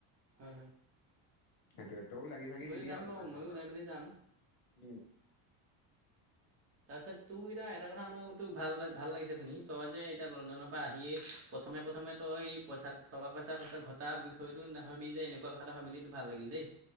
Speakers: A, on the right; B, on the left.
A: হয়, হয়,
B: সেইটোয়ে তইও লাগি ভাগি
A: ময়ো
B: দিবি
A: যাম
B: আৰু
A: বাৰু
B: যিমান
A: ময়ো
B: কন পাৰ
A: ওলাই মেলি যাম।
B: উম,
A: তাৰপিছত তোৰ কিতা এটা কথা মোৰ তোৰ ভাল ভাল লাগিছে শুনি তই যে এতিয়া লণ্ডনৰ পৰা আহিয়ে প্ৰথম প্ৰথম তই সেই পইচাক টকা পইচা ঘটা বিষয়টো নাভাবি যে এনেকুৱা কথা ভাবিলি সেইটো ভাল লাগিল দেই।